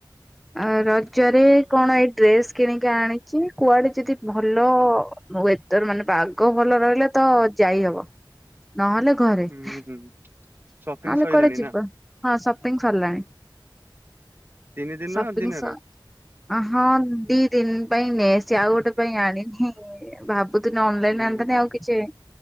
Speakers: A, in the centre; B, on the right (about 25°).
A: ଅ ରଜରେ କଣ ଏଇ ଡ୍ରେସ କିଣିକି ଆଣିଛି କୁଆଡେ ଯଦି ଭଲ ମୁଁ ଏଥର ମାନେ ପାଗ ଭଲ ରହିଲେ ତ ଯାଇହବ। ନହେଲେ ଘରେ
B: ହୁଁ
A: ନହେଲେ
B: ହୁଁ ସପିଂ ସଇଲାଣି
A: କୁଆଡେ ଯିବା
B: ନା
A: ହଁ ସପିଙ୍ଗ ସରିଲାଣି।
B: ତିନି ଦିନ
A: ସପିଙ୍ଗ୍
B: ଦିନେର?
A: ଶ୍ ଅ ହଁ ଦି ଦିନ ପାଇଁ ନେଇଆସିଛି ଆଉ ଗୋଟେ ପାଇଁ ଆଣିନି। ଭାବୁ ପୁ ଦିନି ଅନଲାଇନ
B: ହୁଁ
A: ଆଣିଥାନ୍ତି ଆଉ କିଛି